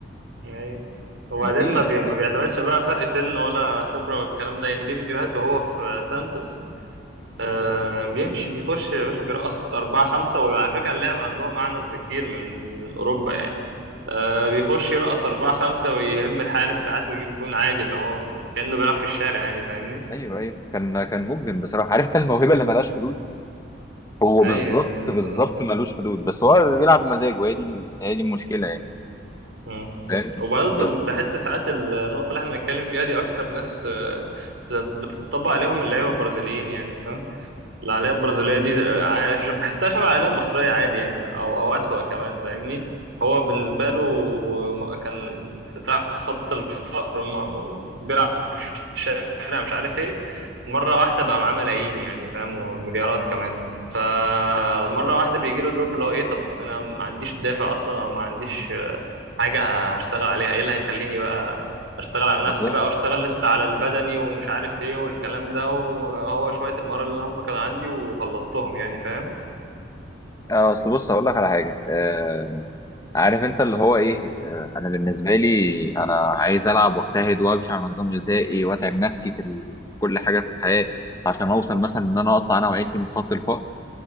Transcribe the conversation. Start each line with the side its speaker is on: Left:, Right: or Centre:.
Right: ايوه وبعدين
Left: مفيش
Right: ما, بي... ما
Left: فاهم
Right: بيعتمدش بقى فرق سن ولا خبره والكلام ده يعني ليه فيديوهات وهو في سانتوس آه بيمشي بيخش يا باشا بيرقص أربعة خمسة وعلى فكرة اللعب عندهم أعنف بكتير من من أوروبا يعني. آه بيخش يرقص أربعة خمسة ويهم الحارس ساعات ويجيب جون عادي اللي هو كأنه بيلعب في الشارع يعني فاهمني
Left: ايوه ايوه كان كان مجرم بصراحه عرفت الموهبه اللي ملهاش
Right: مم.
Left: حدود هو
Right: أيوه
Left: بالظبط
Right: أيوه بالظبط
Left: بالظبط ملوش حدود بس هو بيلعب مزاجه هي دي هي دي المشكله يعني
Right: مم.
Left: فاهم
Right: وبرضه
Left: بس
Right: بحس ساعات النقطة اللي احنا بنتكلم فيها دي أكتر ناس آه، بتطبق عليهم اللعيبة البرازيليين يعني العائلات البرازيلية دي عايش- بحسها شبه العائلة المصرية عادي يعني أو أو أسوأ كمان فاهمني هو بالنسبة له م- كان في تحت خط الفقر ما- بيلعب في الشارع مش عارف إيه مرة واحدة بقى معاه ملايين يعني فاهم ومليارات كمان فمرة واحدة بيجي له دروب اللي هو إيه طب أنا ما عنديش دافع أصلا أو ما عنديش آه، حاجة هشتغل عليها إيه اللي هيخليني بقى اشتغل على نفسي
Left: بالظبط
Right: بقى واشتغل لسه على البدني ومش عارف ايه والكلام ده وهو شوية المهارة اللي هم كانوا عندي وخلصتهم يعني فاهم
Left: آه، اصل بص هقول لك على حاجه آه، عارف انت اللي هو ايه آه، انا بالنسبه لي انا عايز العب واجتهد وامشي على نظام غذائي واتعب نفسي في ال- في كل حاجه في الحياه عشان اوصل مثلا ان انا اطلع انا وعيلتي من خط الفقر